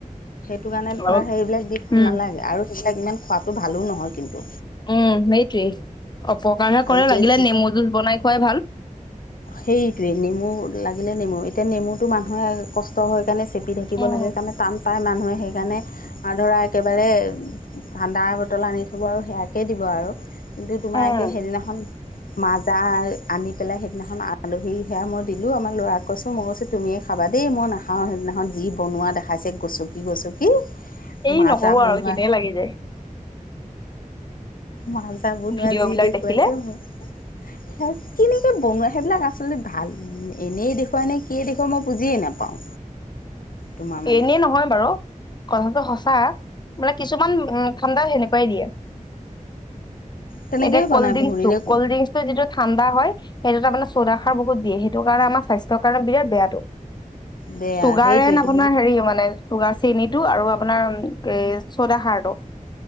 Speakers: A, on the left; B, on the left.
A: সেইটো কাৰণে
B: আৰু
A: ধৰা সেই বিলাক দি ভাল
B: উম,
A: নালাগে আৰু এইবিলাক ইমান খোৱাটো ভালো নহয় কিন্তু
B: উম সেইটোৱেই অপকাৰহে
A: আৰু
B: কৰে
A: এতিয়া
B: লাগিলে
A: যি
B: নেমু যোচ বনাই খোৱাই ভাল।
A: সেইটোৱে নেমু লাগিলে নেমু এতিয়া নেমুতটো মানুহে কষ্ট হয়। চেপি থাকিব
B: উম,
A: লাগে কাৰণে টান পায় মানুহে- সেইকাৰণে আৰু ধৰা একেবাৰে ঠাণ্ডা, বটল আনি থ'ব আৰু সেয়াকেই দিব আৰু কিন্তু তোমাৰ
B: উম,
A: একে সেইদিনাখন মাজাৰ আনি পেলাই সেইদিনাখন আলহী সেয়া মই দিলোঁ আমাৰ ল'ৰাক কৈছোঁ মই কৈছো তুমিয়েই খাবা দেই মইাখাওঁ সেইদিনা যি বন- বনোৱা দেখাইছে গচকি গচকি
B: এই
A: মাজা
B: নকব
A: বনোৱা।
B: আৰু ঘিনেই লাগি যায়
A: মাজা বনোৱা
B: ভিডিঅ'
A: যি
B: বিলাক
A: দেখুৱাইছে
B: দেখিলে।
A: মোক-
B: <inaudible>
A: স কেনেকৈ বনোৱা সেইবিলাক আচলতে ভাল এনেই দেখুৱাই নে কিয়েই দেখুৱাই মই বুজিয়ে নাপাওঁ। তোমাৰ মানে
B: এনেই নহয় বাৰু কথাটো সঁচা মানে কিছুমান ঠাণ্ডা সেনেকুৱাই দিয়ে।
A: তেনেকেই
B: এতিয়া
A: বনাই
B: কল্ড ড্ৰিংকচ
A: বহুৰিৰে
B: টো কল্ড ড্ৰিংকচ টো যিটো ঠাণ্ডা হয়। সেইটো তাৰমানে চৌদাখাৰ বহুত দিয়ে সেইটো কাৰণে আমাৰ স্বাস্থ্যৰ কাৰণে বিৰাট বেয়াটো
A: বেয়া
B: চুগাৰ
A: সেইটোয়েইটো।
B: এন আপোনাৰ হেৰি মানে চুগা চেনিটো আৰু আপোনাৰ এই চৌদাহাৰটো।